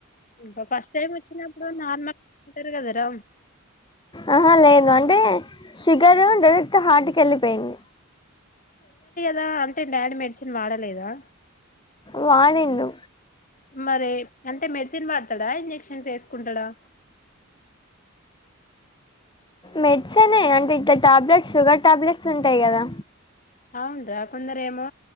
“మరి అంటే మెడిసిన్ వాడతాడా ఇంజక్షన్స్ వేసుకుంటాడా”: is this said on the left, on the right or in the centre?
Left